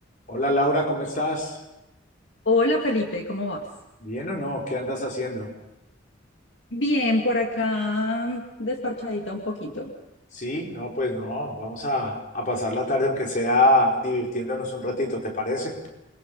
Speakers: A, on the left; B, on the left.
A: Hola Laura, ¿cómo estás?
B: Hola Felipe, ¿cómo vas?
A: ¿Bien o no? ¿Qué andas haciendo?
B: Bien, por acá mm, desparchadita un poquito.
A: Sí, no, pues no, vamos a, a pasar la tarde aunque sea divirtiéndonos un ratito, ¿te parece?